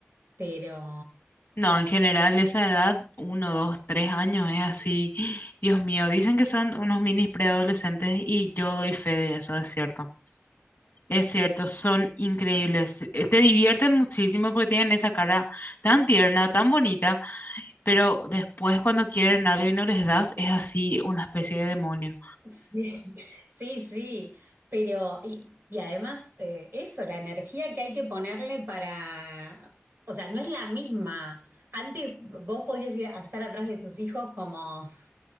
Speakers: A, on the right; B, on the left.
A: pero
B: No, en general esa edad, uno, dos, tres años, es así. <gasps> Dios mío, dicen que son unos minis preadolescentes y yo doy fe de eso, es cierto. Es cierto, son increíbles. Te, eh, te divierten muchísimo porque tienen esa cara tan tierna, tan bonita, pero después cuando quieren algo y no les das, es así una especie de demonio.
A: Sí, <laughs> sí, sí, pero y, y además eh, eso, la energía que hay que ponerle para, o sea, no es la misma. Antes vos podías ir a estar atrás de tus hijos como,